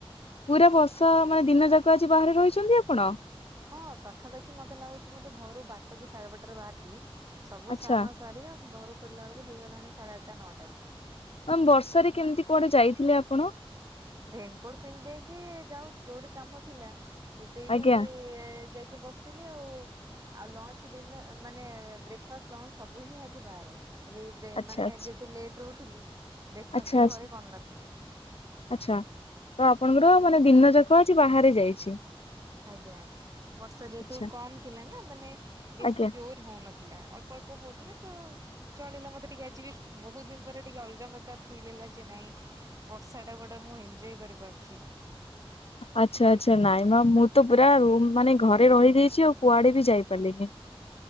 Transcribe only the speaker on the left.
ପୁରା ବର୍ଷା ମାନେ ଦିନ ଯାକ ଆଜି ବାହାରେ ରହିଛନ୍ତି ଆପଣ?
ଆଚ୍ଛା
ମାମ୍ ବର୍ଷାରେ କେମିତି କୁଆଡେ ଯାଇଥିଲେ ଆପଣ?
ଆଜ୍ଞା
ଆଚ୍ଛା
ଆଚ୍ଛା
ଆଚ୍ଛା
ଆଚ୍ଛା
ଆଚ୍ଛା ତ ଆପଣଙ୍କର ମାନେ ଦିନ ଯାକ ଆଜି ବାହାରେ ଯାଇଛି।
ଆଚ୍ଛା
ଆଜ୍ଞା
ଆଚ୍ଛା ଆଚ୍ଛା ନାଇଁ ମାମ୍ ମୁଁତ ପୁରା ରୁମ ମାନେ ଘରେ ରହି ଯାଇଛି ଆଉ। କୁଆଡେ ବି ଯାଇ ପାରିଲିନି।